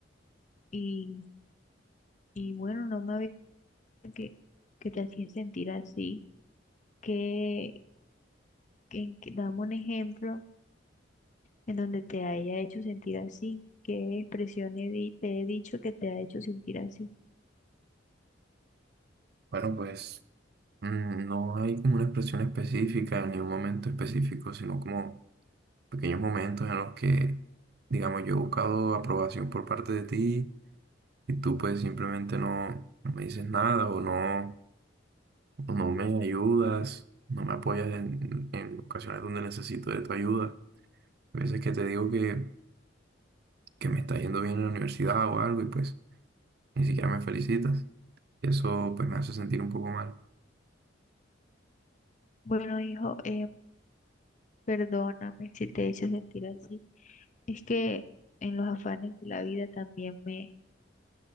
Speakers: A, on the left; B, on the right.
A: y, y bueno, no me había que, que te hacía sentir así, que, que, que- dame un ejemplo en donde te haya hecho sentir así, qué expresión he di- te he dicho que te ha hecho sentir así.
B: Bueno, pues mm, no hay como una expresión específica ni un momento específico, sino como pequeños momentos en los que, digamos, yo he buscado aprobación por parte de ti y tú pues simplemente no, no me dices nada o no, o no me ayudas, no me apoyas en, en ocasiones donde necesito de tu ayuda. A veces que te digo que, que me está yendo bien en la universidad o algo y pues ni siquiera me felicitas. Y eso pues me hace sentir un poco mal.
A: Bueno, hijo, eh, perdóname si te he hecho sentir así. Es que en los afanes de la vida también me